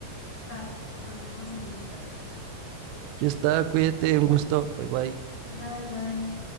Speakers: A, on the left; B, on the right.
A: Va, nos vemos en otra ocasión.
B: Ya está, cuídate, un gusto, bye bye.
A: Bye, bye.